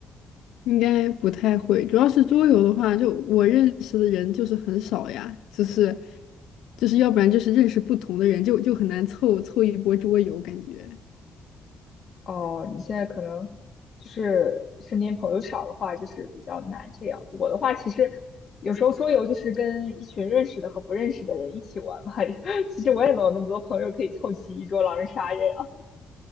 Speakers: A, on the left (about 85°); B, on the left (about 45°).
A: 应该不太会，主要是桌游的话，就我认识的人就是很少呀，就是就是要不然就是认识不同的人，就就很难凑凑一波桌游感觉。
B: 哦，你现在可能就是身边朋友少的话，就是比较难这样。我的话，其实有时候桌游就是跟一群认识的和不认识的人一起玩嘛，<laughs> 其实我也没有那么多朋友可以凑齐一桌狼人杀这样。